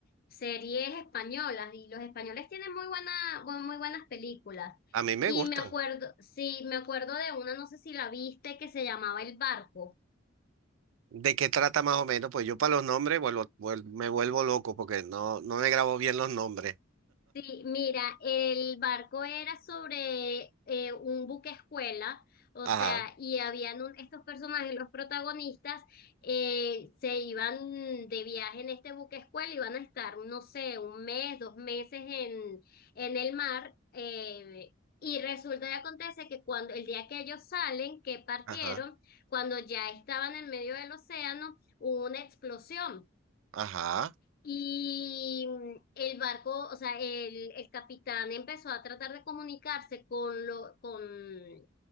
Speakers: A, on the left; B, on the right.
A: series españolas, y los españoles tienen muy buena, bu- muy buenas películas.
B: a mí me
A: Y
B: gustan.
A: me acuerdo, sí, me acuerdo de una, no sé si la viste, que se llamaba El Barco.
B: ¿De qué trata más o menos? Pues yo para los nombres vuelvo- vuel- me vuelvo loco porque no, no me grabo bien los nombres.
A: <laughs> Sí, mira, el barco era sobre eh, un buque escuela, o
B: Ajá,
A: sea, y habían un- estos personajes, los protagonistas, eh, se iban de viaje en este buque escuela, iban a estar, no sé, un mes, dos meses en, en el mar, eh, y resulta y acontece que cuando el día que ellos salen, que partieron,
B: ajá,
A: cuando ya estaban en medio del océano, hubo una explosión.
B: ajá.
A: Y mm, el barco, o sea, el, el capitán empezó a tratar de comunicarse con, lo, con,